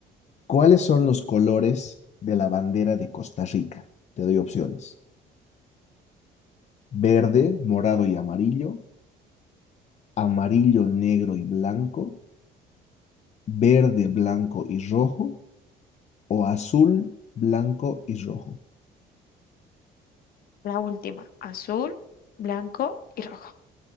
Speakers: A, on the left; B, on the left.
A: ¿Cuáles son los colores de la bandera de Costa Rica? Te doy opciones. verde, morado y amarillo, amarillo, negro y blanco, verde, blanco y rojo, o azul, blanco y rojo.
B: La última, azul, blanco y rojo.